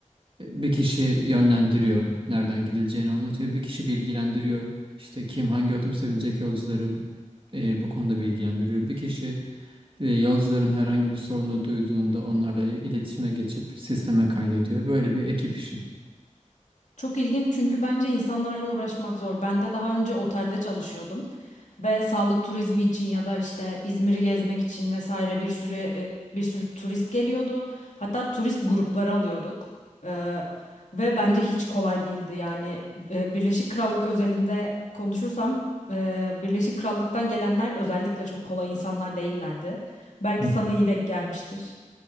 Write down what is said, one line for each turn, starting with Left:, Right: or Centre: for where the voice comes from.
Right: e, bir kişi yönlendiriyor, nereden gidileceğini anlatıyor. Bir kişi bilgilendiriyor. İşte kim hangi otobüse binecek yolcuları e, bu konuda bilgilendiriyor. Bir kişi e, yolcuların herhangi bir sorunu duyduğunda onlarla il- iletişime geçip sisteme kaydediyor. Böyle bir ekip işi.
Left: Çok ilginç çünkü bence insanlarla uğraşmak zor. Ben de daha önce otelde çalışıyordum ve sağlık turizmi için ya da işte İzmir'i gezmek için vesaire bir sürü e, bir sürü turist geliyordu. Hatta turist grupları alıyorduk. Ee, ve bence hiç kolay değildi. Yani e, Birleşik Krallık özelinde konuşursam e, Birleşik Krallık'tan gelenler özellikle çok kolay insanlar değillerdi. Belki
Right: Hı.
Left: sana iyi denk gelmiştir.